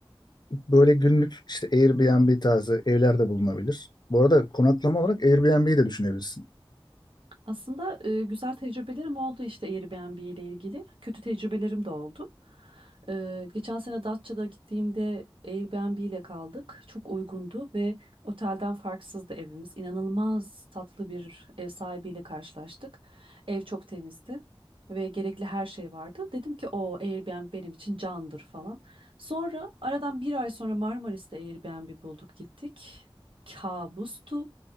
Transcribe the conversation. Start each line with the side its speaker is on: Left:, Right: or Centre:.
Left: Böyle günlük işte Airbnb tarzı evler de bulunabilir. Bu arada konaklama olarak Airbnb'yi de düşünebilirsin.
Right: Aslında e, güzel tecrübelerim oldu işte Airbnb ile ilgili. Kötü tecrübelerim de oldu. E, geçen sene Datça'da gittiğimde Airbnb ile kaldık. Çok uygundu ve otelden farksızdı evimiz. İnanılmaz tatlı bir ev sahibiyle karşılaştık. Ev çok temizdi ve gerekli her şey vardı. Dedim ki o Airbnb benim için candır falan. Sonra aradan bir ay sonra Marmaris'te Airbnb bulduk gittik. Kabustu.